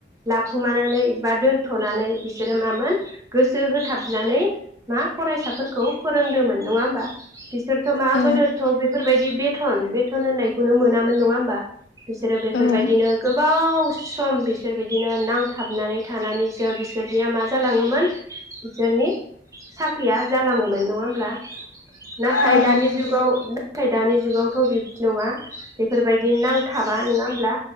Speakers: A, on the right; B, on the left.
A: लाखुमानानै बा दोनथ'नानै बिसोरो मामोन गोसो होथाबनानै मा फराय फरायसाफोरखौ फोरोंदोंमोन नङा होमबा आरोथ' मा
B: औ
A: गोदोथ' बेफोरबायदि बे बेथन बेथन होननायखौनो मोनामोन नङा होमबा बिसोरो बेफोरबायदिनो
B: औ औ
A: गोबाव ख सम बिसोर बिदिनो नांथाबनानै थानानैसो बिसोरनिया मा जालाङोमोन बिसोरनि साख ख्रिया जालाङोमोन नङा होमब्ला? नाथाय
B: नोंथांजों
A: दानि जुगाव नाथाय दानि जुगावथ' बिबदि नङा बेफोरबायदि नांथाबा नोङा होमब्ला